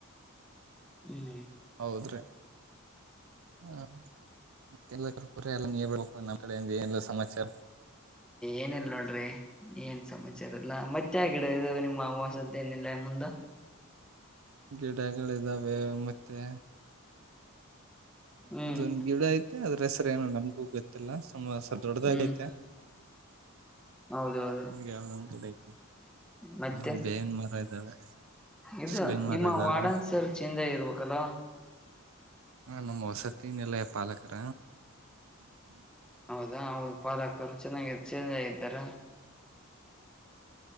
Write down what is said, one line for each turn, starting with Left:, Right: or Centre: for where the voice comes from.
Centre: ಇಲ್ಲಿ
Right: ಹೌದ್ರೀ ಹ ಮತ್ತೆಲ್ಲ ಕ ಪುರ ಎಲ್ಲ ನೀ ಬೆಳ್ಕ ನನ್ನ ಕಡೆಯಿಂದ ಏನ್ ಸಮಾಚಾರ
Centre: ಏನಲ್ ನೋಡ್ರಿ ಏನ್ ಸಮಾಚಾರ ಅಲ್ಲ ಮತ್ತೆ ಆಗಿಡ ಇಾಗ ನಿಮ್ಮ ಅವಾಸದ್ದ ಏನಿಲ್ಲ ಮುಂದ
Right: ಗಿಡಗಳ ಇದ್ದಾವೆ ಮತ್ತೆ
Centre: ಹ್ಮ್
Right: ಅದೊಂದ್ ಗಿಡ ಐತೆ ಅದ್ರ ಸರ್ ಏನು ನಮ್ಗೂ ಗೊತ್ತಿಲ್ಲ ಸುಂಬ ಸರ್ ದೊಡ್ಡದಾಗ
Centre: ಹ್ಮ್
Right: ೈಐತೆ
Centre: ಹೌದೌದು
Right: ಯಾವ್ದೊ ಒಂದ ಕಡೆ
Centre: ಮತ್ತೆ
Right: ಹ ಬೇನ್ ಮರ ಇದ್ದಾವೆ
Centre: ಇದು
Right: ಬೇವಿನ ಮರ
Centre: ನಿಮ್ಮ
Right: ಇದಾವ್ರೆ
Centre: ವಾರ್ಡನ್ ಸರ್ ಚೇಂಜ್ ಆಗಿರ್ಬೇಕಲ್ವಾ
Right: ಹ ನಮ್ಮ ವಸತಿ ನಿಲಯ ಪಾಲಕರ
Centre: ಹೌದಾ ಹೌದು ಪಾಲಕರು ಚೆನ್ನಾಗ ಚೆ ಇದ್ದಾರ